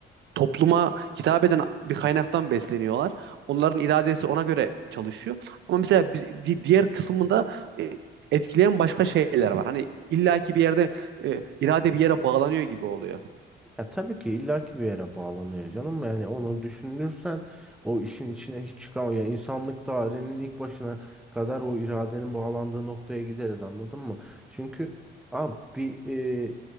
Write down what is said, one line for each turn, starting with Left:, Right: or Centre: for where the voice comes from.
Right: topluma hitap eden bir kaynaktan besleniyorlar. Onların iradesi ona göre çalışıyor. Ama mesela bi- di- diğer kısmında e, etkileyen başka şeyler var. Hani illaki bir yerde e, irade bir yere bağlanıyor gibi oluyor.
Centre: Ya tabii ki illaki bir yere bağlanıyor canım. Yani onu düşünürsen o işin içine hiç çıkamıyor. Yani insanlık tarihinin ilk başına kadar o iradenin bağlandığı noktaya gideriz anladın mı? Çünkü abi bir e,